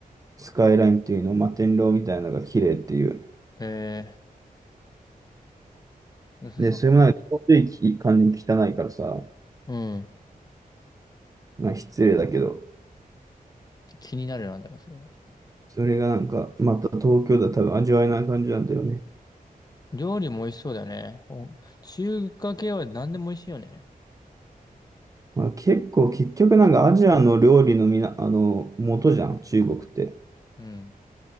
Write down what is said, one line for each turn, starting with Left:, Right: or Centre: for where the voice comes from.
Right: スカイラインっていうの、摩天楼みたいなのが綺麗っていう。
Left: えー、良さそうだね。
Right: で、それもなんかちょうどいい感じに汚いからさ、
Left: うん。
Right: まあ、失礼だけど、
Left: 気になるなんだよ、それは。
Right: それがなんか、また東京だと多分味わえない感じなんだよね。
Left: 料理も美味しそうだよね。お中華系は何でも美味しいよね。
Right: まあ、結構、結局なんかアジアの料理のみな、あの、元じゃん、中国って。
Left: うん。